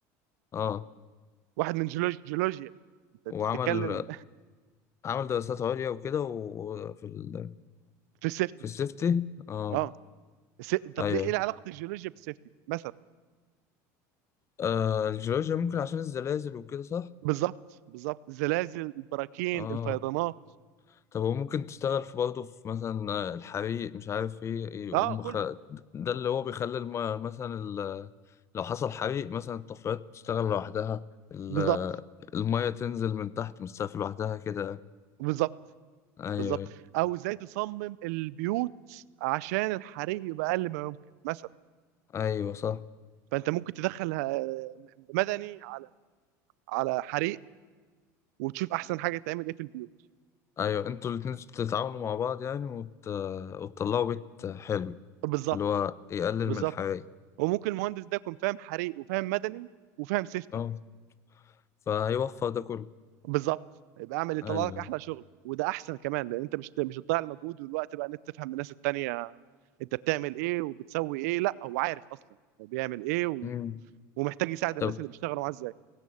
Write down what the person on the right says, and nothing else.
واحد من جيولوج... جيولوجيا انت أنت
بتتكلم
في السيفتي
اه الس- طب
ليه ايه علاقه الجيولوجيا بالسيفتي مثلا
بالظبط بالظبط الزلازل البراكين
الفيضانات
اه كله
بالظبط
بالظبط
بالظبط
او ازاي تصمم البيوت عشان الحريق يبقى اقل ما يمكن مثلا
فانت ممكن تدخل آه، مدني على على حريق وتشوف احسن حاجه تعمل ايه في البيوت
بالظبط
بالظبط
وممكن المهندس ده يكون فاهم حريق وفاهم مدني وفاهم سيفتي
بالظبط يبقى اعمل يطلع
لك احلى شغل وده احسن كمان لان انت مش مش هتضيع المجهود والوقت بقى ان انت تفهم من الناس التانية انت بتعمل ايه وبتسوي ايه لا هو عارف اصلا هو بيعمل ايه و...
ومحتاج يساعد الناس
اللي بيشتغلوا معاه ازاي